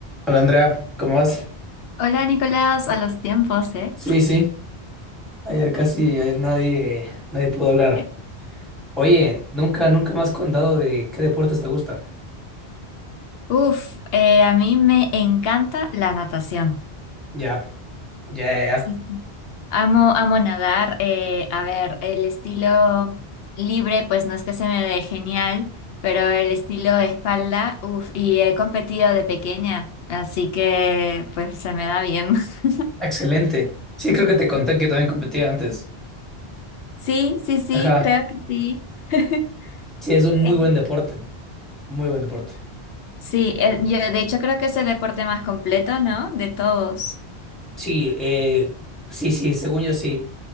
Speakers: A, in the centre; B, on the left (about 65°).
A: Hola Andrea, ¿cómo vas?
B: Hola Nicolás, a los tiempos, ¿eh?
A: Sí, sí, ayer casi, ayer nadie, nadie pudo hablar.
B: <laughs>
A: Oye, nunca, nunca me has contado de qué deportes te gustan.
B: Uf, eh, a mí me encanta la natación.
A: Ya, ya, ya, ya.
B: Sí, sí. Amo, amo nadar. eh, a ver, el estilo libre, pues no es que se me dé genial, pero el estilo espalda, uf, y he competido de pequeña, así que pues se me da bien. <laughs>
A: Excelente. Sí, creo que te conté que yo también competía antes.
B: Sí, sí, sí,
A: Ajá.
B: creo que sí. <laughs>
A: Sí, es un muy
B: Eh,
A: buen deporte. Muy buen deporte.
B: Sí, eh, yo de hecho creo que es el deporte más completo, ¿no? De todos.
A: Sí, eh, sí, sí, según yo sí.